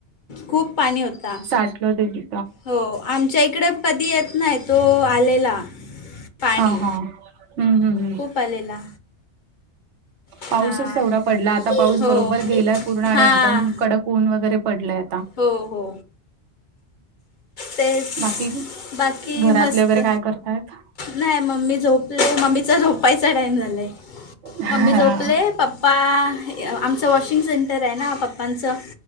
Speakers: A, on the left (about 50°); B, on the right (about 80°).
A: खूप पाणी होता
B: साठलं तिथे.
A: हो आमच्या इकडे कधी येत नाही तो आलेला. पाणी
B: हा हा हम्म हम्म हम्म
A: खूप आलेला. हां
B: पाऊसच तेवढा पडला आता पाऊस
A: हो
B: बरोबर गेलाय पूर्ण आणि
A: हां
B: एकदम कडक ऊन वगैरे पडलाय.
A: हो हो. तेच
B: बाकी
A: बाकी
B: घरातले
A: मस्त.
B: वगैरे काय करतायत
A: नाही मम्मी झोपले मम्मीचा झोपायचा टाइम झालाय
B: हम्म
A: मम्मी झोपले पप पा आमचं वॉशिंग सेंटर आहे ना पप्पांचं.